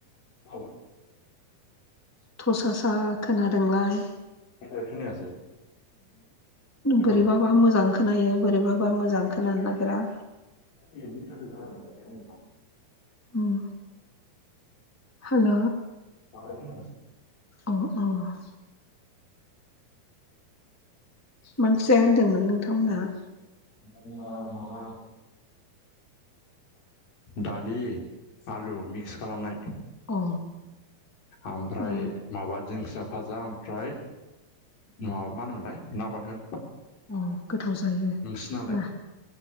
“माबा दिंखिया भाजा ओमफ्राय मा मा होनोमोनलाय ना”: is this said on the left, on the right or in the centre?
Left